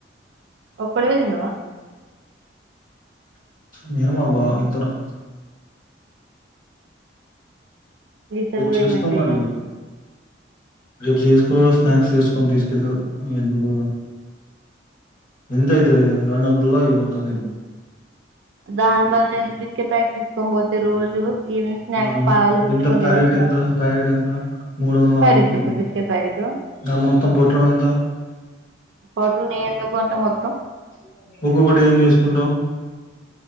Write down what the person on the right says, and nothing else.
ఒక్కడివే తిన్నావా
ఇత
గూడా
ఏమైనా చేయలా
దాని బదులు ఎమన్న బిస్కెట్ ప్యాకెట్ తి కొంబోతే రోజు ఈవినింగ్ స్నాక్స్
పాలల్లో ముంచుకొని
తినొచ్చుగా
ఫైవ్ రూపిస్
బిస్కెట్ ప్యాకెట్
పొట్లం నేను ఎందుగొంట మొత్తం